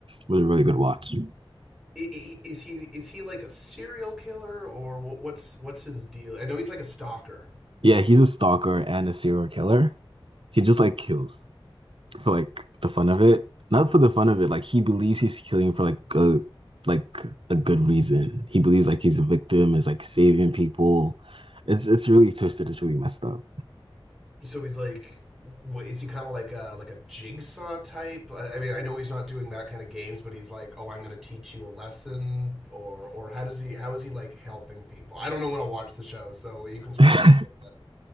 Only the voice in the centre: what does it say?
I- I- Is he is he like a serial killer or wh- what's what's his deal? I know he's like a stalker.
So he's like, what, is he kind of like a like a jigsaw type? I I mean, I know he's not doing that kind of games, but he's like, oh, I'm going to teach you a lesson, or or how does he how is he like helping people? I don't know when to watch the show, so you can spoil
it a little bit.